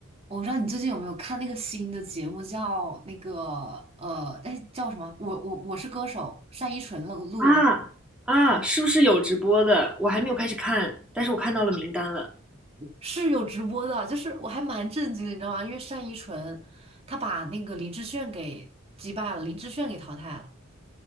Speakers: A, on the right (about 30°); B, in the centre.
A: 我不知道你最近有没有看那个新的节目，叫那个呃，哎，叫什么？我我我是歌手，单依纯录录的那个，
B: 啊啊，是不是有直播的？我还没有开始看，但是我看到了名单了。
A: 是有直播的，就是我还蛮震惊的，你知道吗？因为单依纯她把那个林志炫给击败了，林志炫给淘汰了。